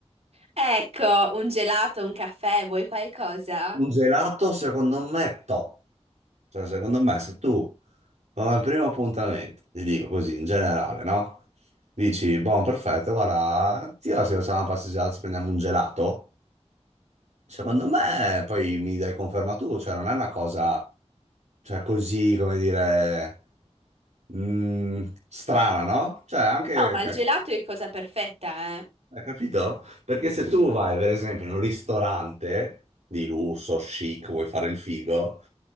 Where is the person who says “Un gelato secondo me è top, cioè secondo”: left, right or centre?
Right